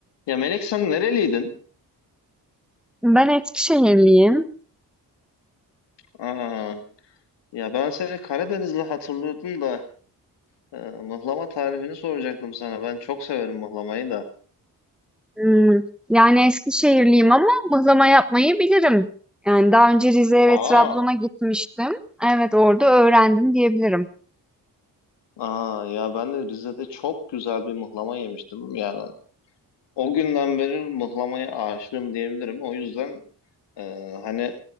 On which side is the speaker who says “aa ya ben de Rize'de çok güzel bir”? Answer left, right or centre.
Left